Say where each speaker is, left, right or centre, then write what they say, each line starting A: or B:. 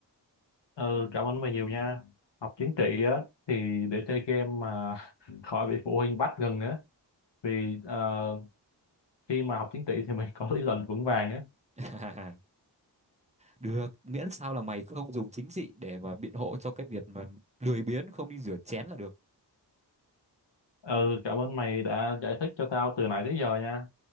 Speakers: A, on the left (about 75°); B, on the right (about 15°).
A: ừ cảm ơn mày nhiều nha học chính trị á thì để chơi game mà <laughs> khỏi bị phụ huynh bắt gần nữa vì ờ, khi mà học tiếng Tỵ thì mình <laughs> có lý luận vững vàng á
B: <laughs> được miễn sao là mày không dùng chính trị để mà biện hộ cho cái việc mà lười biếng không đi rửa chén là được
A: ừ cảm ơn mày đã giải thích cho tao từ nãy tới giờ nha